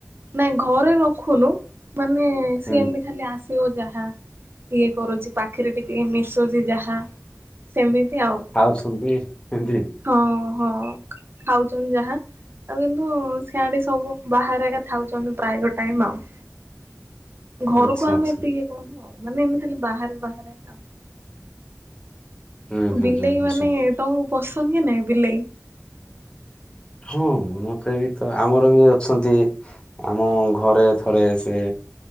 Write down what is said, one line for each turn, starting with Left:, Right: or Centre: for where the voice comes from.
Right: ନାଇଁ ଘରେ ରଖୁନୁ। ମାନେ
Left: ହୁଁ
Right: ସିଏ ଏମତି ଖାଲି ଆସିବ ଯାହା। ଇଏ କରୁଚି ପାଖରେ ଟିକେ ମିଶୁଚି ଯାହା ସେମିତି ଆଉ।
Left: ଖାଉଛନ୍ତି ଏମିତି।
Right: ହଁ ହଁ ଖାଉଛନ୍ତି ଯାହା। ଆଉ କିନ୍ତୁ ସିଆଡେ ସବୁ ବାହାରେ ଏକା ଥାଉଛନ୍ତି ପ୍ରାୟ ଟାଇମ ଆଉ। ଘରକୁ
Left: ଆଚ୍ଛା
Right: ଆମେ
Left: ଆଚ୍ଛା
Right: ଏତେ ଇଏ କରୁନୁ ଆଉ। ମାନେ ଏମିତି ଖାଲି ବାହାରେ ବାହାରେ ଏକା ଆଉ।
Left: ହୁଁ ହୁଁ
Right: ବିଲେଇ
Left: ହୁଁ ହୁଁ
Right: ମାନେ
Left: ହୁଁ।
Right: ତମକୁ ପସନ୍ଦ କି ନାଇଁ ବିଲେଇ?
Left: ହଁ ମତେ ବି ତ ଆମର ବି ଅଛନ୍ତି। ଆମ ଘରେ ଥରେ ସେ